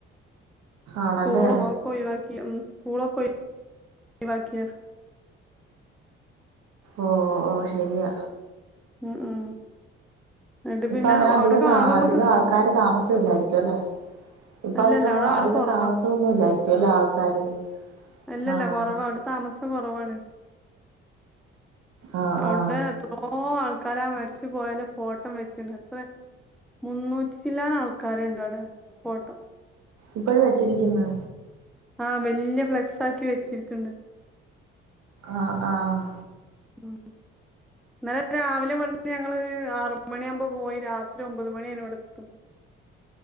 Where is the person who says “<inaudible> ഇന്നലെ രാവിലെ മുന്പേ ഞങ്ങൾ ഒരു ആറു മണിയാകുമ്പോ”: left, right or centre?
Centre